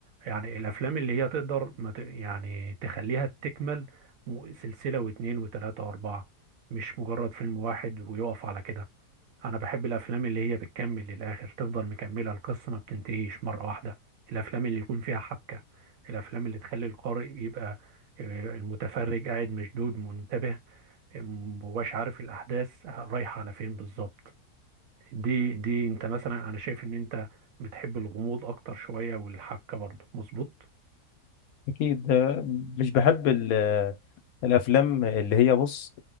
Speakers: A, on the right; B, on the left.
A: يعني الافلام اللي هي تقدر ما ت... يعني تخليها تكمل م- سلسله واتنين وتلاته واربعه مش مجرد فيلم واحد ويقف على كده انا بحب الافلام اللي هي بتكمل للاخر تفضل مكمله القصه ما بتنتهيش مره واحده الافلام اللي يكون فيها حبكه الافلام اللي تخلي القارئ يبقى آه، المتفرج قاعد مشدود منتبه آه، مبقاش عارف الاحداث رايحه على فين بالظبط دي دي انت مثلا انا شايف ان انت بتحب الغموض اكتر شويه والحبكه برضه مظبوط
B: اكيد آه، مش بحب ال- آه، الافلام اللي هي بص